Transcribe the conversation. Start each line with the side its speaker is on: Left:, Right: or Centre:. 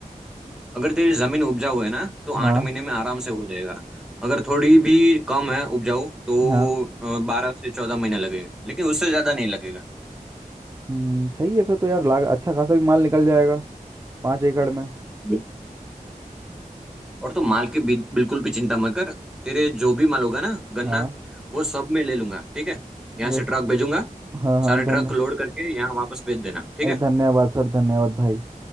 Centre: अगर तेरी जमीन उपजाऊ है ना तो
Right: हाँ
Centre: आठ महीने में आराम से हो जाएगा अगर थोड़ी भी कम है उपजाऊ तो
Right: हाँ
Centre: अ, बारह से चौदह महीना लगेगा लेकिन उससे ज्यादा नहीं लगेगा
Right: हम्म सही है फिर तो यार लाग अच्छा खासा भी माल निकल जाएगा पाँच एकड़ में
Centre: बिल्कुल। और तो माल की बि- बिल्कुल भी चिंता मत कर तेरे जो भी माल होगा ना गन्ना
Right: हाँ
Centre: वो सब मैं ले लूंगा ठीक है यहाँ
Right: अरे
Centre: से
Right: स-
Centre: ट्रक भेजूंगा
Right: हाँ हाँ
Centre: सारे
Right: धन्य
Centre: ट्रक लोड करके यहाँ वापस भेज देना ठीक
Right: अरे
Centre: है
Right: धन्यवाद सर धन्यवाद भाई